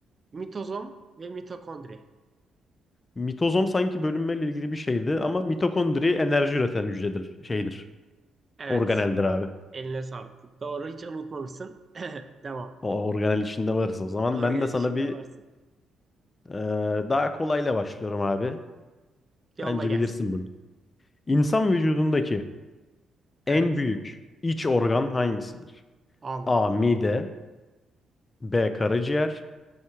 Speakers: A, on the right; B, on the left.
A: Mitozom ve mitokondri.
B: Mitozom sanki bölünmeyle ilgili bir şeydi ama mitokondri enerji üreten hücredir, şeydir.
A: Evet.
B: Organeldir abi.
A: Eline sağlık. Doğru hiç unutmamışsın. <laughs> <clears throat> Devam.
B: O organel içinde varız o zaman.
A: Organel
B: Ben de sana
A: işinde
B: bir
A: varsın.
B: e, daha kolayla başlıyorum abi.
A: Yolla
B: Bence
A: gelsin.
B: bilirsin bunu. İnsan vücudundaki
A: Evet.
B: En büyük iç organ hangisidir?
A: Allah
B: A.
A: Allah.
B: Mide B. Karaciğer